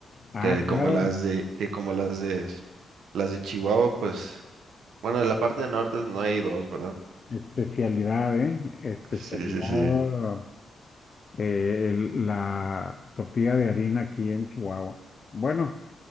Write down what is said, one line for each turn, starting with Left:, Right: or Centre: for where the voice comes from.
Left: ah,
Right: que como
Left: claro.
Right: las de, que como las de, las de Chihuahua, pues, bueno, en la parte del norte no hay dos, ¿verdad?
Left: Especialidad, ¿eh? Especialidad,
Right: Sí, sí, sí.
Left: eh, el- la tortilla de harina aquí en Chihuahua. Bueno,